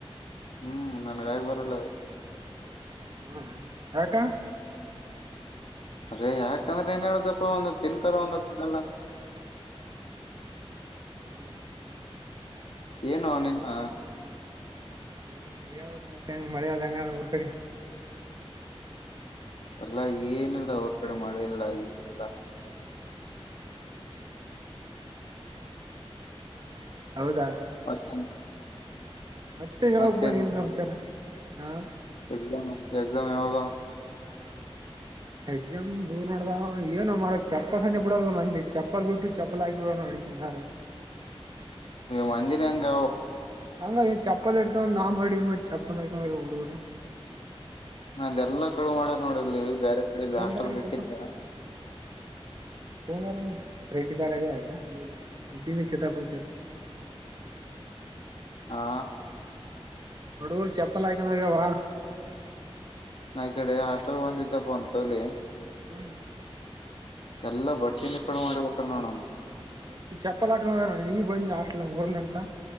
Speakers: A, on the left (about 70°); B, on the right (about 40°).
A: ಹ್ಮ್ ನನಗೆ ಆಗಿ ಬರಲ್ಲ ಅದು
B: ಹ್ಮ್ ಯಾಕ್ಕ
A: ರೇ ಯಾಕಂದ್ರೆ ಏನ್ ಹೇಳುದಪ್ಪ ಒಂದು ತಿಂತಾರ ಒಂದು ಇಲ್ಲಲ್ಲ
B: ಹೌದಾ ಯಾರ
A: ಏನು ನೀನು
B: ಹ ಯಾವಾಗ ಮತ್ತೆ ಹೆಂಗ ಮಳೆ ಅದ ಹೆಂಗ ಊರ್ ಕಡೆ
A: ಅಲ್ಲಾ ಏನಿಲ್ಲ ಅವರ್ ಕಡೆ ಮಳೆ ಇಲ್ಲ ಏನ್ ಈಲ್ಲ
B: ಹ <inaudible> ಹೌದಾ
A: ಮತ್ತೇನ್
B: ಮತ್ತೆ ಹೇಳ್ಬೇಕಪ್ಪ
A: ಮತ್ತೇನ್
B: ಏನ್ ಸಮಾಚಾರ ಹಾ
A: ಎಕ್ಸಾಮ್ ಎಕ್ಸಾಮ್ ಯಾವೋಗ
B: ಎಕ್ಸಾಮ್ ಯಾವಾಗ <inaudible> ದೊಡ್ಡದಾನ್ ಅಂದ್ರೆ <inaudible> ಚಪ್ಪಲ್ ಸಮೇತ ಬಿಡಲ್ಲ ಮಂದಿ ಚಪ್ಪಲ್ ಬಿಟ್ಟು ಚಪ್ಪಲ್ ಹಾಕಿ ಹೋದರು
A: ಮಂದಿನೆ ಅಂಗ
B: ಹಂಗ ಚಪ್ಪಲ್ ಇರ್ತಾವಂತ ನಾವು ಮಾಡಿವಿ ಚಪ್ಪಲಾಕಂಗ ಹುಡುಗರು
A: ನಂದೆಲ್ಲಾ ಕಳು ಮಾಡ್ಯಾರ ನೋಡಿ ಇಲ್ಲಿ ಬ್ಯಾರೆ ಕಡೆ ಇಲ್ಲಿ ಹಾಸ್ಟೆಲ್
B: ತಾರ
A: ಇಟ್ಟಿದ್ದೆ
B: ಚಪ ದಾರ ರೆಡ್ಡಿ ದಾರಗೆ <inaudible> ಅಡ್ಡಿನ ಕೆತಾಪಯತ
A: ಹಾ
B: ಹುಡುಗೂರು ಚಪ್ಪಲ್ ಹಾಕಂದಾಗವಾ
A: ನಾನ್ ಈ ಕಡೆ ಹಾಸ್ಟೆಲ್ ಬಂದ ಇದಿದ್ದಪ್ಪ ಅಂತ ತಗೊಳ್ಳಿ
B: ಹ್ಮ್
A: ಎಲ್ಲಾ ಬಟ್ಟೆನ ಕಳವು ಮಾಡಿ ಬಿಟ್ಟಾರ ನನಾವು
B: ಬಟ್ಟಿ ಚಪ್ಪಲ್ ಹಕೋಂಡ ನನವು ಈಗ ಬಂದಿನಿ ಹಾಸ್ಟೆಲ್ ಊರ ಲ್ಲಿಂತ